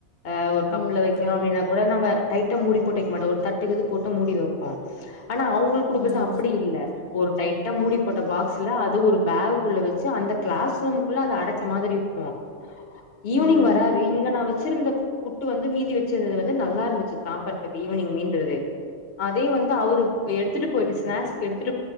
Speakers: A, on the left; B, on the left.
A: ஆ ஒரு கப்புல
B: ம்
A: வைக்கிறோ
B: ஆமா.
A: அப்டின்னா கூட நம்ம டைட்டா மூடி போட்டு வைக்க மாட்டோ ஒரு தட்டுக்கு இது போட்டு முடி வைப்போ ஆனா அவுங்களுக்கு குடுக்கறது
B: ம்,
A: அப்டி இல்ல ஒரு டைட்டா மூடி போட்ட பாக்ஸ்ல அது ஒரு பேக் குள்ள வச்சி அந்த கிளாஸ் ரூம் குள்ள அத அடைச்ச மாதிரி இருக்கு ஈவினிங்
B: ம்.
A: வர்றாரு இங்க நா வச்சிருந்த புட்டு வந்து மீதி வச்சிருந்தது வந்து நல்லா இருந்துச்சி சாப்ட்றதுக்கு ஈவினிங் மீந்தது அதே வந்து அவரு எடுத்துட்டு போயிட்டு ஸ்நாக்ஸ்க்கு எடுத்துட்டு